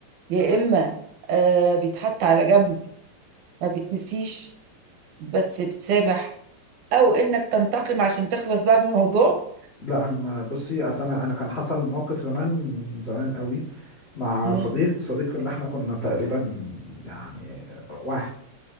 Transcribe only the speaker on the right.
يا اما آه بيتحط على جنب ما بيتنسيش بس بتسامح او انك تنتقم عشان تخلص بقى من الموضوع
مم.